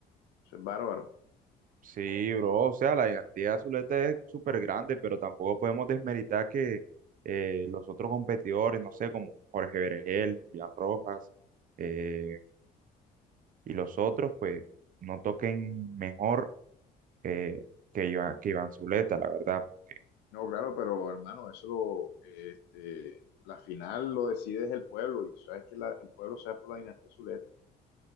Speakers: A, on the left; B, on the right.
A: eso es bárbaro.
B: Sí, bro, o sea, la dinastía Zuleta es súper grande, pero tampoco podemos desmeritar que eh, los otros competidores, no sé, como Jorge Berenguel, Julián Rojas eh, y los otros, pues no toquen mejor eh, que Iván, que Iván Zuleta, la verdad. Porque,
A: No, claro, pero hermano, eso lo, este, la final lo decide es el pueblo y tú sabes que la- el pueblo se va por la dinastía Zuleta.